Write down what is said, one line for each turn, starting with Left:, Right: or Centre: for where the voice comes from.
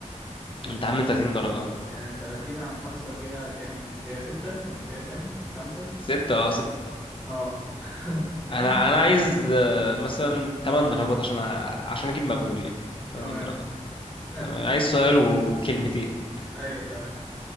Centre: يعني
Left: انت عم انت 30 درجه
Centre: يعني 30 عن خمسة فيها كام؟ فيها ستة ولا فيها كام؟ خمسة؟
Left: سته اه ست
Centre: اه <laughs>
Left: انا انا عايز آه، مثلا 8 درجات عشان أ- عشان اجيب مقبول يعني
Centre: تمام
Left: 8 درجات
Centre: حلو
Left: تمام عايز سؤال ور- وكلمتين
Centre: ايوه تمام